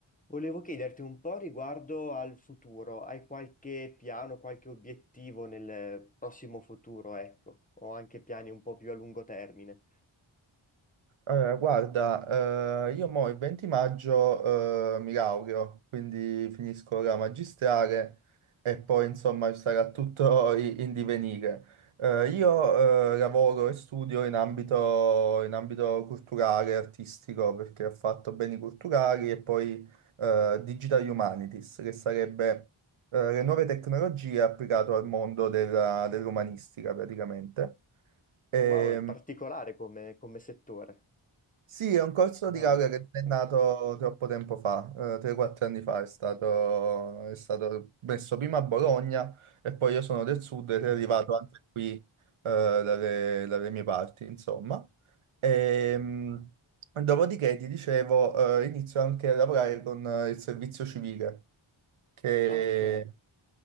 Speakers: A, on the left; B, on the right.
A: Volevo chiederti un po' riguardo al futuro. Hai qualche piano, qualche obiettivo nel prossimo futuro, ecco, o anche piani un po' più a lungo termine?
B: Allora, guarda, eh, io mo il 20 maggio eh, mi laureo, quindi finisco la magistrale e poi insomma sarà tutto i- in divenire. Eh, io eh, lavoro e studio in ambito, in ambito culturale, artistico, perché ho fatto beni culturali e poi eh, Digital Humanities, che sarebbe eh, le nuove tecnologie applicate al mondo della- dell'umanistica praticamente. Ehm,
A: Wow, è particolare come, come settore,
B: sì, è un corso
A: come
B: di
A: ambito.
B: laurea che non
A: Ah,
B: è nato troppo tempo fa, eh, 3-4 anni fa, è stato, è stato messo prima a Bologna e poi io sono del sud ed
A: ok.
B: è arrivato anche qui, eh, dalle, dalle mie parti, insomma. Ehm, dopodiché, ti dicevo, eh, inizio anche a lavorare con eh, il servizio civile, che
A: Ah, ok.